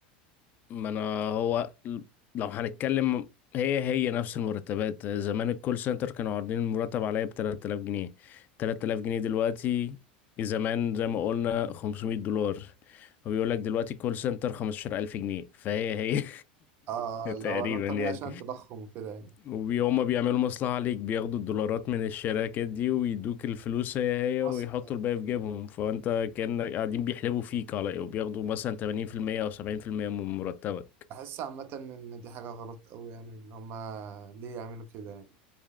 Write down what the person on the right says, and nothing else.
اه
لو ده الطبيعي
عشان التضخم وكده يعني
في مصر
يعني.
بحس عامه ان دي حاجه غلط قوي يعني ان هما ليه يعملوا كده يعني